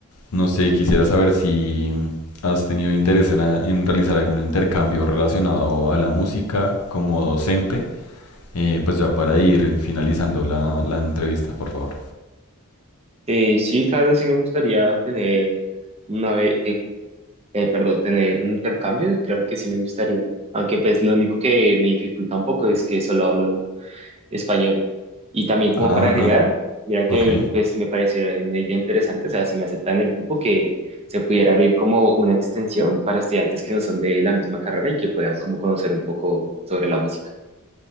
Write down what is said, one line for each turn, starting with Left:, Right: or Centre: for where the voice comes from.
Left: No sé, quisiera saber si has tenido interés en, a- en realizar algún intercambio relacionado a la música como docente. Eh, pues ya para ir finalizando la, la entrevista, por favor.
Right: Eh, sí, claro, sí me gustaría tener una vez, perdón, tener un intercambio, claro que sí me gustaría. Aunque pues lo único que me dificulta un poco es que solo hablo español. Y también como
Left: Ah,
Right: para agregar,
Left: no.
Right: mira que
Left: Ok.
Right: pues me pareció una idea interesante, o sea, si me aceptan el cupo, que se pudiera abrir como una extensión para estudiantes que no son de la misma carrera y que puedan como conocer un poco sobre la música.